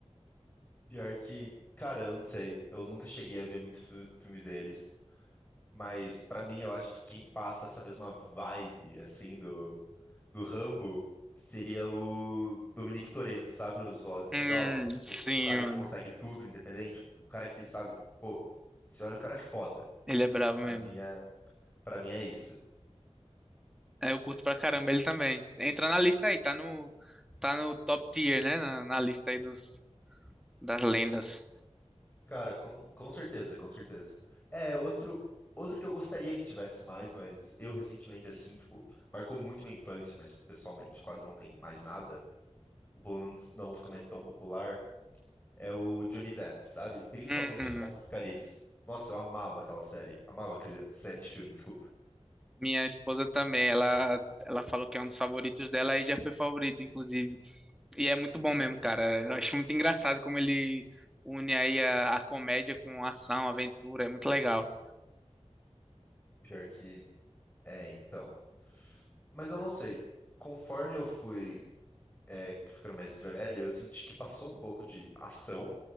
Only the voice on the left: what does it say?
Pior que, cara, eu não sei. Eu nunca cheguei a ver muito fi- filme deles. Mas pra mim, eu acho que quem passa essa mesma vibe, assim, do, do Rambo seria o Dominic Toretto, sabe? Os Velozes e
Furiosos. Tipo,
o cara
que consegue tudo independente. tipo, O cara que, sabe? Pô, você olha, o cara é foda.
Pra
mim é, pra mim é isso.
Cara, com, com certeza, com certeza. É, outro, outro que eu gostaria que tivesse mais, mas eu recentemente, assim, tipo, marcou muito minha infância, mas pessoalmente quase não tem mais nada. Ou Pelo menos não fica mais tão popular. É o Johnny Depp, sabe? Principalmente
em Piratas dos Caribes. Nossa, eu amava aquela série. Amava aquela série de filme, desculpa.
Pior que. É, então. Mas eu não sei. Conforme eu fui é, ficando mais velho, eu senti que passou um pouco de ação